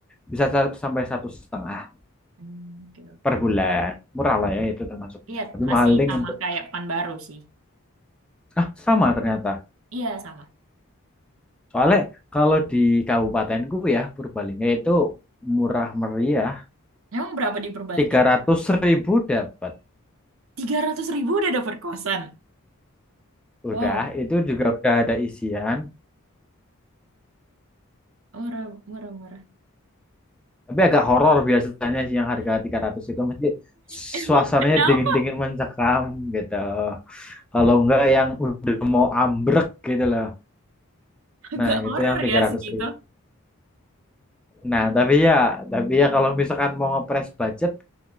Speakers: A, in the centre; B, on the right (about 65°).
A: bisa sa- sampai satu setengah
B: Hmm, oke oke.
A: per bulan. Murah lah ya itu termasuknya.
B: iya
A: Tapi
B: masih
A: mahal ding
B: sama
A: untuk
B: kayak pekan baru sih.
A: ah sama ternyata.
B: Iya sama.
A: Soalnya kalau di kabupatenku ya Purbalingga itu murah meriah
B: Emang berapa di Purbalingga?
A: Tiga ratus ribu dapat.
B: Tiga ratus ribu udah dapet kosan. Wow,
A: Udah, itu juga udah ada isian.
B: murah murah murah.
A: Tapi agak horor biasanya sih yang harga 300 itu mesti
B: Emang
A: suasananya
B: kenapa
A: dingin-dingin mencekam gitu. Kalau enggak yang udah mau ambrek gitu loh.
B: agak
A: Nah, itu
B: horor
A: yang tiga
B: ya
A: ratus
B: segitu?
A: ribu. Nah, tapi ya, tapi ya kalau misalkan mau ngepres budget